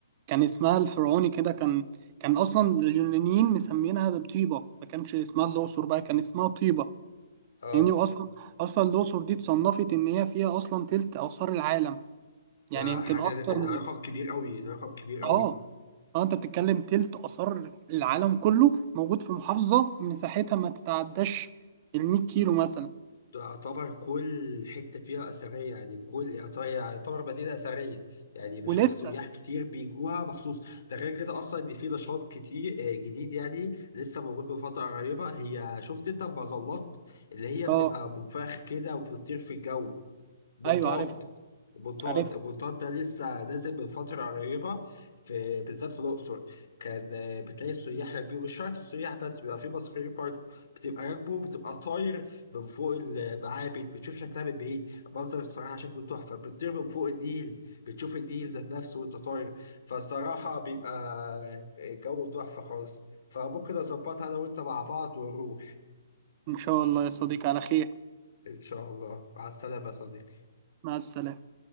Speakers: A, on the right; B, on the left.
A: كان اسمها الفرعوني كده كان كان اصلا اليونانيين مسمينها ده بطيبه ما كانش اسمها الاقصر بقى كان اسمها طيبه
B: اه
A: يعني واصلا اصلا الاقصر دي اتصنفت ان هي فيها اصلا تلت اثار العالم
B: ده
A: يعني يمكن
B: حاجه
A: اكتر
B: ده
A: من
B: رقم كبير قوي ده رقم كبير قوي
A: اه اه انت بتتكلم تلت اثار العالم كله موجود في محافظه مساحتها ما تتعداش ال 100 كيلو مثلا
B: تعتبر كل حتة فيها أثرية يعني كل يعتبر يعتبر مدينة أثرية يعني بشوف
A: ولسه
B: سياح كتير بيجوها مخصوص ده غير كده أصلا إن في نشاط كتير آه، جديد يعني لسه موجود من فترة قريبة هي شفت أنت المظلات اللي هي بتبقى
A: اه
B: منفخ كده وبتطير في الجو بطاط
A: ايوه عارف
B: بطاط
A: عارف
B: البطاط ده لسه نازل من فترة قريبة في بالذات في الأقصر كان آه، بتلاقي السياح راكبين مش شرط السياح بس بيبقى في مصريين برضه بتبقى راكبه بتبقى طاير من فوق المعابد بتشوف شكلها من بعيد منظر الصراحة شكله تحفة بتطير من فوق النيل بتشوف النيل ذات نفسه وأنت طاير فالصراحة بيبقى جو تحفة خالص فممكن أظبطها أنا وأنت مع بعض ونروح
A: إن شاء الله يا صديقي على خير
B: إن شاء الله مع السلامة يا صديقي
A: مع السلامة